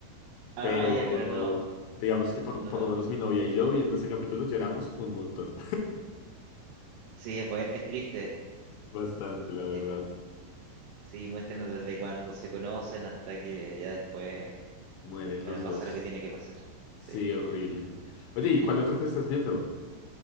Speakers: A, on the right; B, on the left.
A: Ah,
B: Pero
A: ya, pero no,
B: digamos que por,
A: no,
B: por
A: lo-
B: lo menos mi novia y yo viendo ese capítulo lloramos un montón.
A: sí, es bueno, es triste,
B: <laughs> Bastante, la
A: es
B: verdad.
A: triste. Sí, muéstranos desde cuando se conocen hasta que ya después,
B: Mueren
A: bueno,
B: los
A: pasa
B: dos.
A: lo que tiene que pasar. Sí.
B: Sí, horrible. Oye, ¿y cuál otra te estás viendo?